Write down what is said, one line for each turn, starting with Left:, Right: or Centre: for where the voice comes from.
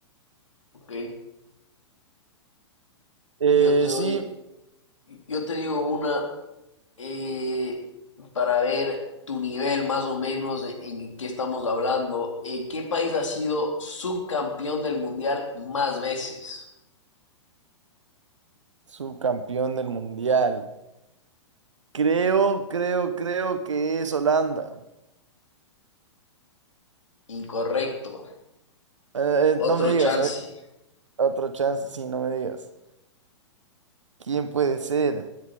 Left: ok.
Right: Eh,
Left: Yo te doy,
Right: sí,
Left: yo te digo una eh, para ver tu nivel más o menos en, en qué estamos hablando. Eh, ¿qué país ha sido subcampeón del mundial más veces?
Right: subcampeón del mundial. Creo, creo, creo que es Holanda.
Left: Incorrecto.
Right: Eh, eh,
Left: Otro
Right: no me digas,
Left: chance.
Right: a ver, otro chance, sí, no me digas. ¿Quién puede ser